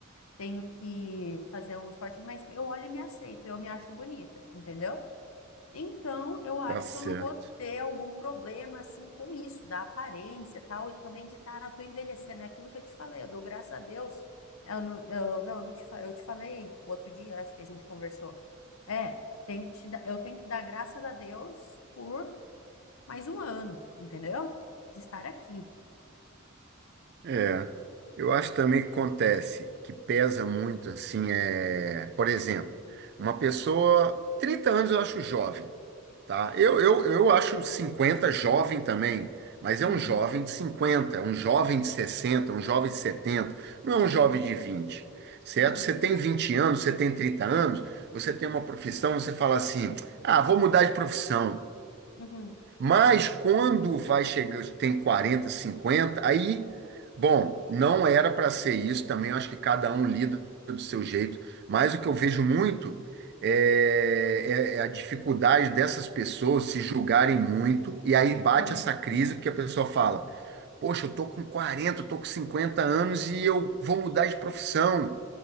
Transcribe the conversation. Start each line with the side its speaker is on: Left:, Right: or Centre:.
Left: Tenho que fazer um esporte, mas eu olho e me aceito, eu me acho bonita, entendeu? Então, eu acho
Right: Tá certo.
Left: que eu não vou ter algum problema assim com isso, da aparência e tal, e também de estar, eu tô envelhecendo, é aquilo que eu te falei, eu dou graças a Deus, é, eu não, eu, não, não te, fa- eu te falei o outro dia, acho que a gente conversou, é, tem que te dar, eu tenho que dar graças a Deus por mais um ano, entendeu? De estar aqui.
Right: É, eu acho também que acontece, que pesa muito, assim, é, por exemplo, uma pessoa, 30 anos eu acho jovem, tá? Eu, eu, eu acho 50 jovem também, mas
Left: Uhum,
Right: é um jovem de cinquenta um jovem de sessenta um jovem de setenta não é
Left: uhum,
Right: um jovem de vinte certo?
Left: uhum,
Right: Você tem 20 anos, você tem 30 anos, você tem uma profissão, você fala assim, ah, vou mudar de profissão.
Left: uhum,
Right: Mas quando vai chegando, tem 40, 50, aí, bom, não era para ser isso também, eu acho que cada um lida do seu jeito, mas o que eu vejo muito é, é- é a dificuldade dessas pessoas se julgarem muito, e aí bate
Left: uhum,
Right: essa crise,
Left: uhum,
Right: porque a pessoa fala: Poxa, eu tô com 40, eu tô com 50 anos e eu vou mudar de profissão,